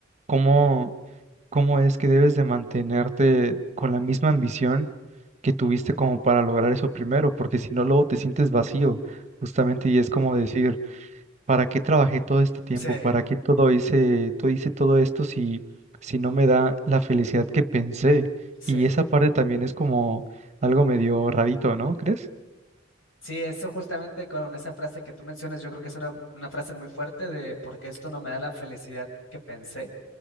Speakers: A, on the right; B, on the left.
A: ¿cómo, cómo es que debes de mantenerte con la misma ambición que tuviste como para lograr eso primero? Porque si no, luego te sientes vacío, justamente, y es como decir, ¿para qué trabajé todo este tiempo?
B: Sí,
A: ¿Para qué todo hice, todo hice todo esto si, si no me da la felicidad que pensé?
B: sí.
A: Y esa parte también es como algo medio rarito, ¿no crees?
B: Sí, eso justamente con esa frase que tú mencionas, yo creo que es una, una frase muy fuerte de porque esto no me da la felicidad que pensé,